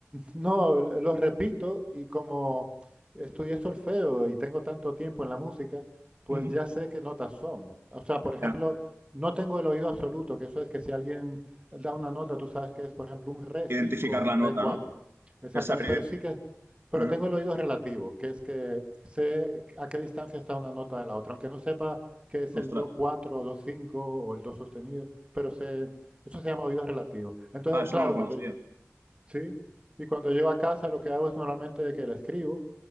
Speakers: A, on the right; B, on the right.
A: No, lo repito y como estudié solfeo y tengo tanto tiempo en la música, pues
B: Ujú.
A: ya sé qué notas son. O sea, por ejemplo,
B: Ya,
A: no tengo el oído absoluto, que eso es que si alguien da una nota, tú sabes que es, por ejemplo, un re
B: identificar
A: 5 o un
B: la nota,
A: re 4.
B: ¿no?
A: Exactamente,
B: Es saber
A: pero sí que, pero
B: ident-
A: tengo el
B: <laughs>
A: oído relativo, que es que sé a qué distancia está una nota de la otra, aunque no sepa que es el
B: Ostras.
A: do 4 o do 5 o el do sostenido, pero sé, eso se llama oído relativo. Entonces,
B: Ah, eso
A: claro,
B: no lo conocía.
A: cuando Sí, y cuando llego a casa lo que hago es normalmente que la escribo